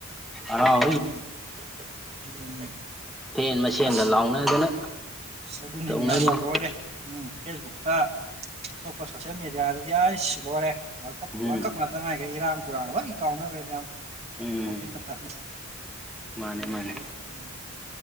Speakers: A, in the centre; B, on the right (about 30°).
A: ꯍꯔꯥꯎ
B: ꯎꯝ ꯑꯗꯨꯅꯤ
A: ꯐꯦꯟ ꯃꯁꯦꯟꯒ
B: ꯑꯁ
A: ꯂꯥꯎꯅꯗꯅ
B: ꯑꯁ ꯑꯗꯨꯅꯤꯅꯦ
A: ꯇꯧꯅꯔꯤꯅꯤ
B: ꯏꯌꯥꯝꯕ ꯂꯣꯏꯔꯦ ꯎꯝ ꯐꯦꯁꯕꯨꯛꯇ ꯑꯇꯣꯞꯄ ꯁꯣꯁꯦꯜ ꯃꯦꯗꯤꯌꯥꯗꯗꯤ ꯑꯁ ꯂꯣꯏꯔꯦ ꯋꯥꯔꯜ ꯀꯞ
A: ꯎꯝ
B: ꯋꯥꯔꯜ ꯀꯞ ꯉꯥꯛꯇ ꯉꯥꯏ ꯏꯔꯥꯡ ꯄꯨꯔꯥꯡ ꯂꯣꯏ ꯑꯩ ꯀꯥꯎꯅꯈ꯭ꯔꯦꯅꯦ
A: ꯎꯝ
B: ꯍꯧꯖꯤꯛ ꯃꯇꯝ
A: ꯃꯥꯅꯦ
B: ꯑꯗꯨ
A: ꯃꯥꯅꯦ
B: ꯑꯣꯔ ꯎ